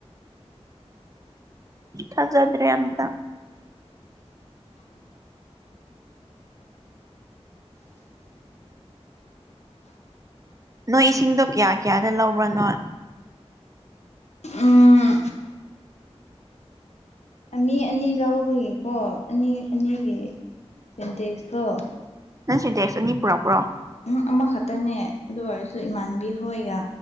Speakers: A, on the right; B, on the left.
A: ꯊꯥꯖꯗ꯭ꯔꯦ ꯑꯝꯇꯥ ꯅꯣꯏ ꯏꯁꯤꯡꯗꯣ ꯀꯌꯥ ꯀꯌꯥꯗ ꯂꯧꯕ꯭ꯔꯥ ꯅꯣꯏ
B: ꯎꯝ ꯑꯥꯃꯤ ꯑꯅꯤ ꯂꯧꯕꯒꯤꯀꯣ ꯑꯅꯤ ꯑꯅꯤꯒꯤ ꯁꯤꯟꯇꯦꯛꯁꯇꯣ
A: ꯅꯪ ꯁꯤꯟꯇꯦꯛꯁ ꯑꯅꯤ ꯄꯨꯔꯛꯄ꯭ꯔꯣ
B: ꯎꯝ ꯑꯃꯥꯈꯛꯇꯥꯅꯦ ꯑꯗꯨ ꯑꯣꯏꯔꯁꯨ ꯏꯃꯥꯟꯅꯕꯤ ꯍꯣꯏꯒ